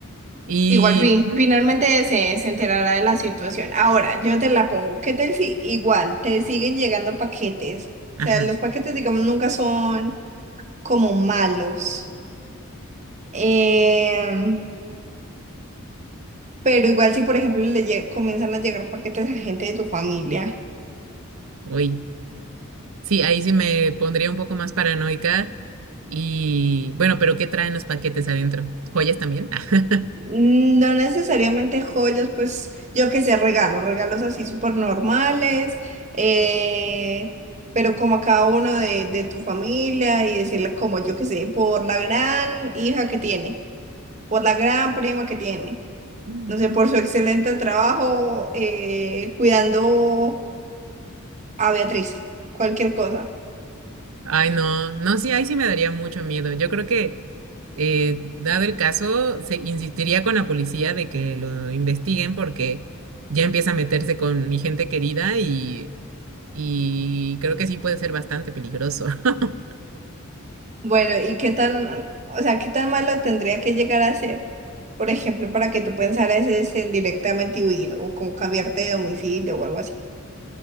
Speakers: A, on the right; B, on the right.
A: Y
B: Igual, fin,
A: ujú,
B: finalmente se, se enterará de la situación. Ahora, yo te la pongo. ¿Qué tal si igual te siguen llegando paquetes?
A: ajá,
B: O sea, los paquetes, digamos, nunca son como malos. Em, pero igual si, por ejemplo, le lle- comienzan a llegar paquetes a gente de tu familia,
A: uy. Sí, ahí sí me pondría un poco más paranoica y bueno, pero ¿qué traen los paquetes adentro? ¿Joyas también? <laughs>
B: mm, no necesariamente joyas, pues yo que sé, regalos, regalos así súper normales, eh, pero como a cada uno de, de tu familia y decirle como yo que sé, por la gran hija que tiene, por la gran prima que tiene,
A: Mm.
B: no sé, por su excelente trabajo eh, cuidando a Beatriz, cualquier cosa.
A: Ay, no, no, sí, ahí sí me daría mucho miedo. Yo creo que Eh, dado el caso, se insistiría con la policía de que lo investiguen porque ya empieza a meterse con mi gente querida y, y creo que sí puede ser bastante peligroso. <laughs>
B: Bueno, ¿y qué tan, o sea, qué tan malo tendría que llegar a ser, por ejemplo, para que tú pensaras es en directamente huir o con cambiarte de domicilio o algo así?